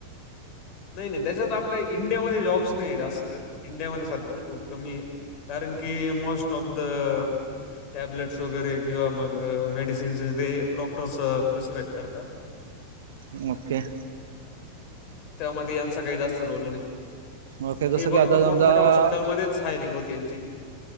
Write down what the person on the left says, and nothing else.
नाही नाही त्याच्यात आपल्या इंडियामध्ये जॉब्स नाही आहे जास्त इंडियामध्ये सध्या तर खूप कमी आहे. कारण की मोस्ट ऑफ द. टॅब्लेट्स वगैरे किंवा मग मेडिसिन्स ते डॉक्टर्स प्रिस्क्राईब करतात.
त्यामध्ये यांचा काही जास्त रोल नाही
हे फक्त
मोठमोठ्या
हॉस्पिटल मध्ये हायरिंग होते त्यांची